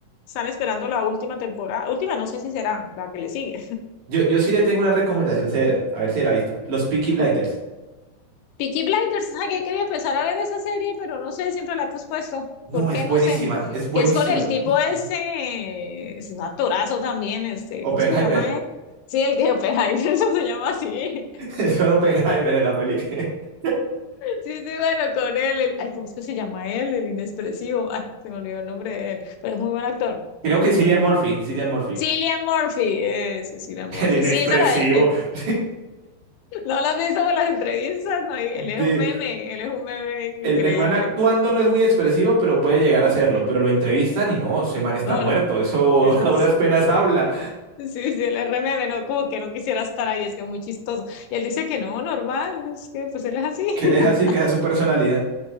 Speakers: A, on the left; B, on the right.
A: están esperando la última temporada. Última, no sé si será la que le sigue.
B: yo, yo sí le tengo una recomendación severa. A ver si la ha visto. Los Peaky Blinders.
A: <laughs> Peaky Blinders, ay, qué? Quería empezar a ver esa serie, pero no sé, siempre la he pospuesto.
B: No,
A: ¿Por qué?
B: es buenísima,
A: No sé.
B: es buenísima,
A: Que es con el
B: es
A: tipo
B: buenísima.
A: ese, es un actorazo también, este,
B: Oppenheimer.
A: ¿cómo es que se llama él? Sí, el que Oppenheimer, <laughs> eso se llama así.
B: <laughs> Es con Oppenheimer en la película. <laughs>
A: Sí, sí, bueno, con él, el, ay, ¿cómo es que se llama él? El inexpresivo, ay, se me olvidó el nombre de él, pero es muy buen actor,
B: Creo
A: él es
B: que
A: muy
B: Cillian
A: buen actor.
B: Murphy. Cillian Murphy.
A: Cillian Murphy, es Cillian Murphy.
B: El inexpresivo.
A: Sí, esa la de, eh,
B: <laughs>
A: no la has visto por las entrevistas, no, y
B: De-
A: él es un meme, él es un meme
B: el,
A: increíble.
B: el man actuando no es muy expresivo, pero puede llegar a serlo. Pero lo entrevistan y no, ese man está
A: No,
B: muerto.
A: lo-
B: Eso
A: ese
B: <laughs> a
A: es
B: duras penas habla.
A: Sí, sí, el RMM, no, como que no quisiera estar ahí, es que es muy chistoso. Y él dice que no, normal, es que pues él es así,
B: Que
A: <laughs>
B: le es así, que esa es a su personalidad.